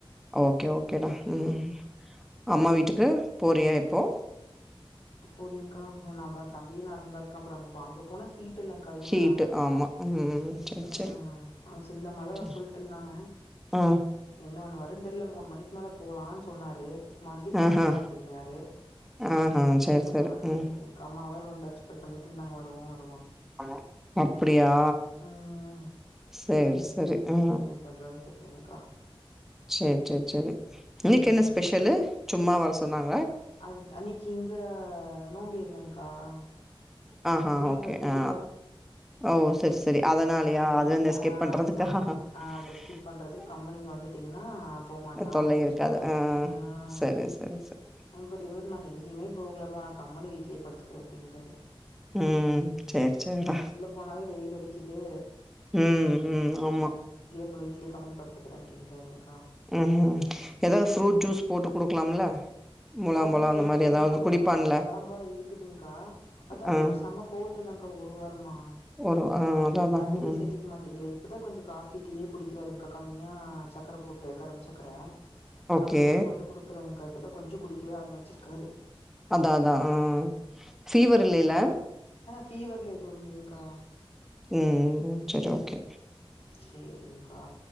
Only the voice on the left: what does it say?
போலிங்க்கா ம் நம்ப தம்பி நார்ம்லா இருக்கான் அப்புறொ அங்க இப்ப அங்க போனா ஹீட் இல்லங்க்கா அதும்மில்லாம
ம்ம்
அவுங்சிந்தா மொத வர்
சொல்ட்ருந்தாங்க
இன்னு ஒன்னுவர் கண் தெர்ல மூண் மணிக் மேல போலான் சொன்னாரு மறுவ்டி வேண்டா
அப்டின்னாரு
ம் என்ன
பண்ணுவாரு
தெர்லிங்க்கா அம்மாவ ரொம் ரெக்ஸ்பெ்ட் பண்ணிட்ருந்தாங் வருவோ வர்
ம்
ம் <inaudible>
ம்
அது அன்னைக்கு இங்க நோம்பு இல்லங்கா.. ஆ
புளிமரத்துக்கிட்ட
அதனால
ஆ
அதனால ஆ அத ஸ்கிப் பண்றதுக்கு கம்முன்நீங்க வந்துட்டீங்னா போமாட்டான்,
அப்படின்னு
சொன்னாங்க
ஆ
அப்டினு நான் எங்கேயுமே போகலப்பா நான் கம்மன் வீட்.. இ்ங்கே படுத்துக்கிறே, அப்படிின்டார்.
போனாவே வெயில் அடிக்குது
போய்டு வீ்ட்லே கமுன்னு படுத்துக்கிறேன், அப்டின்றாறுங்கா.
அதான்
கேட்டேங்க்கா
வேணான்ட்ட
முத ஆம்பாரு இருக்குதுங்கா, அதான் அவருக்கு
செம கோல்டு இல்ங்கா, ஒரு வாரமா
இன்னும்
தயிரே
சேர்த்திக்க மாட்டேங்கிற. இப்ப தான் கொஞ்சம் காபி, டீயே குடிக்கிறாருங்க கம்மியா சக்கரை போட்டு கரும்புசக்கரை.
கம்மியா போட்டு குடுக்குறேங்கா. கொஞ்சம் குடிக்கவே ஆரம்ச்சிருக்காரு.
பீவர்ல எதுங் இல்லங்கா.
சரிங்க்கா